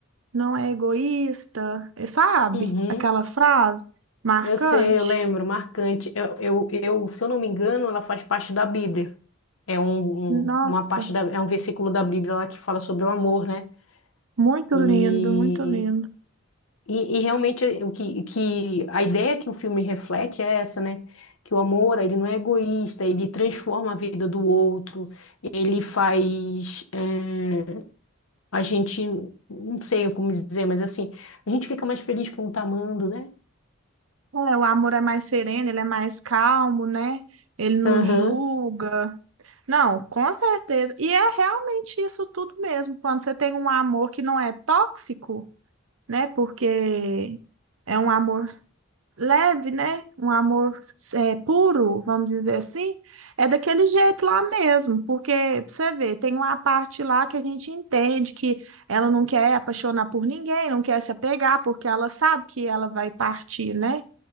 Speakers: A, on the right (about 70°); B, on the left (about 75°).
A: não é egoísta, E sabe?
B: Uhum.
A: Aquela frase marcante.
B: Eu sei, eu lembro, marcante. Eu, eu, eu, se eu não me engano, ela faz parte da Bíblia. É um,
A: Nossa,
B: um- uma parte da, é um versículo da Bíblia lá que fala sobre o amor, né?
A: muito
B: E,
A: lindo, muito lindo.
B: e, e realmente o que, que a ideia que o filme reflete é essa, né? Que o amor, ele não é egoísta, ele transforma a vida do outro, ele faz eh, a gente, não sei como dizer, mas assim, a gente fica mais feliz quando tá amando, né?
A: É, o amor é mais sereno, ele é mais calmo, né? Ele não
B: Aham,
A: julga. Não, com certeza. E é realmente isso tudo mesmo. Quando você tem um amor que não é tóxico, né? Porque é um amor leve, né? Um amor é, puro, vamos dizer assim. É daquele jeito lá mesmo. Porque, pra você ver, tem uma parte lá que a gente entende que ela não quer apaixonar por ninguém, não quer se apegar, porque ela sabe que ela vai partir, né?